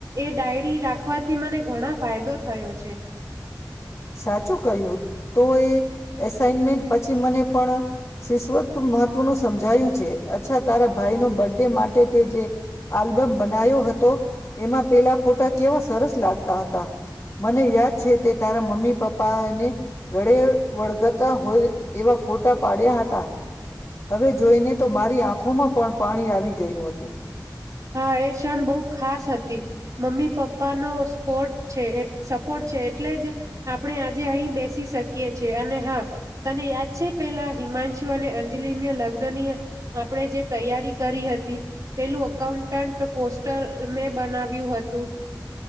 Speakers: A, on the right (about 50°); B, on the left (about 40°).
A: એ ડાયરી રાખ. રાખવાથી મને ઘણા ફાયદો થયો છે.
B: સાચું કહ્યું તો એ એસાઈનમેન્ટ પછી મને પણ. શિસ્વત મહત્વ નું સમજાયું છે અચ્છા તારા ભાઈ નો બર્થ ડે માટે તે જે આલ્બમ બનાવ્યો હતો એમાં પેલા. ફોટા કેવા સરસ લાગતા હતા મને યાદ છે તે. <unintelligible> મમ્મી પપ્પાને ઘળે વળગતા હોય એવા ફોટા પાડ્યા હતા. હવે જોઈને તો મારી આંખો ઓમાં પણ પાણી આવી ગયું હતું.
A: હા એ ક્ષણ બહુ ખાસ હતી મમ્મી પપ્પાનો સ્પોર્ટ છે એ સપોર્ટ છે એટલે જ આપણે આજે અહી બે શકીએ છે અને હા તને યાદ છે પેલા હિમાંશુ અને અંજલિના લગ્ન ની આપણે જે તૈયારી કરી હતી પેલું અકાઉન્ટન્ટ પોસ્ટર મે બનાવ્યું હતું.